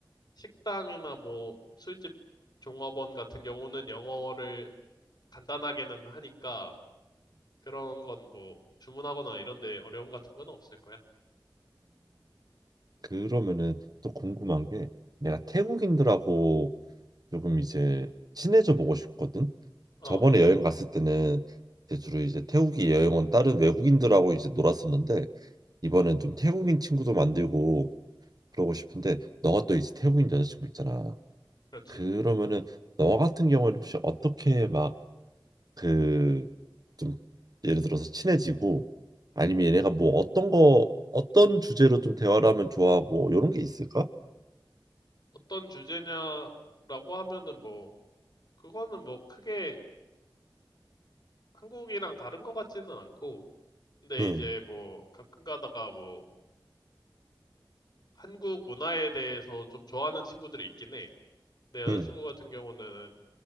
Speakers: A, on the left; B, on the right.
A: 식당이나 뭐 술집 종업원 같은 경우는 영어를 간단하게는 하니까 그런 건 뭐 주문하거나 이런 데 어려움 같은 건 없을 거야.
B: 그러면은 또 궁금한 게 내가 태국인들하고 조금 이제 친해져 보고 싶거든.
A: 어,
B: 저번에 여행 갔을 때는 이제 주로 이제 태국이 여행 온 다른 외국인들하고 이제 놀았었는데 이번엔 좀 태국인 친구도 만들고 그러고 싶은데 너가 또 이제 태국인 여자친구 있잖아.
A: 그렇지.
B: 그러면은 너 같은 경우에는 혹시 어떻게 막 그 좀 예를 들어서 친해지고 아니면 얘네가 뭐 어떤 거 어떤 주제로 좀 대화를 하면 좋아하고 이런 게 있을까?
A: 어떤 주제냐라고 하면은 뭐 그거는 뭐 크게 한국이랑 다른 것 같지는 않고 근데
B: 응,
A: 이제 뭐 가끔 가다가 뭐 한국 문화에 대해서 좀 좋아하는 친구들이 있긴 해. 내 여자친구
B: 응,
A: 같은 경우는